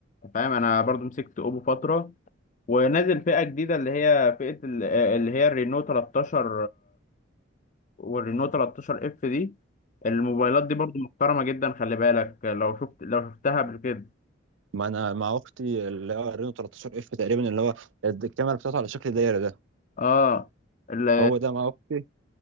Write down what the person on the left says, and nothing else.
انت فاهم انا برضو مسكت اوبو فتره ونازل فئه جديده اللي هي فئه ال- آه، اللي هي الرينو 13 والرينو 13 اف دي الموبايلات دي برضو محترمة جدا خلي بالك لو شفت لو شفتها قبل كده
اه ال-